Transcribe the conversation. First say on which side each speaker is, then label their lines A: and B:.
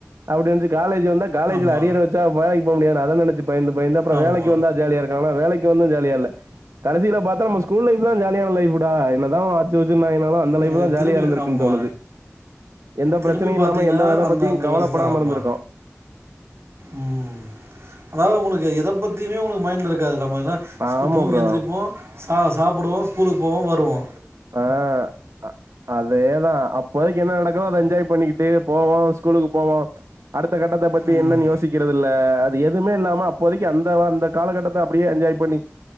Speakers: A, on the right (about 80°); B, on the right (about 60°).
A: அப்டிஞ்சி காலேஜ் ஜி வந்தா காலேஜ்ல
B: ஆமா.
A: அரியர் வச்சா வேலைக் போ முடியாது அத நெனச்சி பயந்து பயந்து அப்புறோ
B: ஆமா.
A: வேலைக்கு வந்தா ஜாலியா வேலக்கி வந்து ஜாலியா இல்ல கடைசியில பாத்த நம் ஸ்கூல் லைப் தா ஜாலியான லைப்டா என்னதா <unintelligible> <unintelligible> அந்த
B: நீங்க
A: லைப்தா ஜாலியா
B: திரும்பி
A: இருந்திருக்குன்
B: ஆமா.
A: தோணுது எந்த
B: திரும்பி
A: ப்ரச்சனயு
B: பாத்தீங்கன்னா
A: இல்லாம எந்தா இதா
B: அந்த
A: பத்தியு
B: அந்த
A: கவலப்படாமருந்திருக்கோ
B: வயசு தான். ஆமா. ம் அதாவ்து உங்களுக்கு எத் இதை பத்தியுமே உங்களுக்கு மைண்ட்ல இருக்காதுல்லாம
A: ஆமா
B: தூங்கி
A: ப்ரோ
B: எந்துரிப்போ ஆ சாப்புடுவோ ஸ்கூலுக்கு போவோ வருவோ
A: ஆ அ அதேதா அப்போதைக்கு என்ன நடக்குதோ அத என்ஜாய் பண்ணிகிட்டு போவோ ஸ்கூலுக்கு போவோ அடுத்த கட்டத்த பத்தி
B: ம்.
A: என்னன்னு யோசிக்கிறது இல்ல அது எதுமே இல்லாம அப்போதைக்கு அந்த அந்த காலகட்டத்த அப்படியே என்ஜாய் பண்ணி